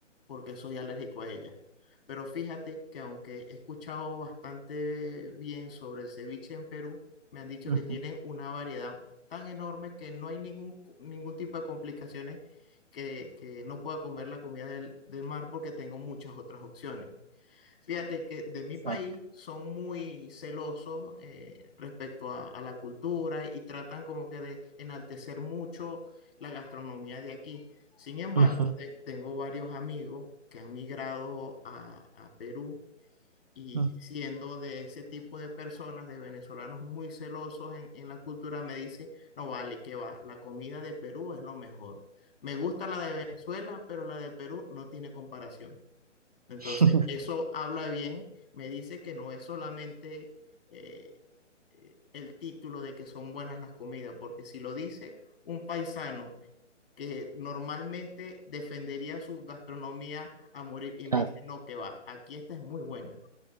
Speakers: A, on the left; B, on the right.
A: porque soy alérgico a ellas. Pero fíjate que aunque he escuchado bastante bien sobre el ceviche en Perú, me han dicho
B: Ujú,
A: que tienen una variedad tan enorme que no hay ningún, co- ningún tipo de complicaciones que, que no pueda comer la comida del, del mar porque tengo muchas otras opciones. Fíjate que de
B: Exacto.
A: mi país son muy celosos eh, respecto a, a la cultura y tratan como que de enaltecer mucho la gastronomía de aquí. Sin embargo,
B: Ujú,
A: te- tengo varios amigos que han migrado a, a Perú y
B: ujú.
A: siendo de ese tipo de personas, de venezolanos muy celosos en, en la cultura, me dice, no vale, que va, la comida de Perú es lo mejor. Me gusta la de Venezuela, pero la de Perú no tiene comparación. Entonces,
B: <laughs>
A: eso habla bien, me dice que no es solamente eh, eh, el título de que son buenas las comidas, porque si lo dice un paisano que normalmente defendería su gastronomía a morir y
B: Claro.
A: me dice, no, que va, aquí esta es muy buena.